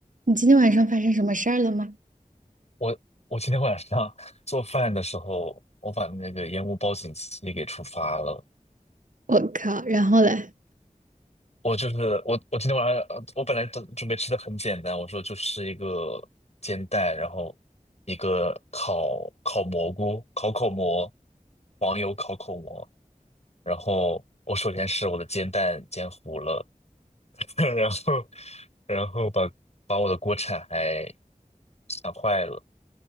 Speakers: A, on the right (about 65°); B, on the left (about 50°).
A: 你今天晚上发生什么事儿了吗？
B: 我我今天晚上做饭的时候，我把那个烟雾报警器给触发了。
A: 我靠，然后嘞？
B: 我就是我，我今天晚上呃我本来准准备吃的很简单，我说就吃一个煎蛋，然后一个烤烤蘑菇、烤口蘑、黄油烤口蘑。然后我首先是我的煎蛋煎糊了，<laughs> 然后然后把把我的锅铲还铲坏了。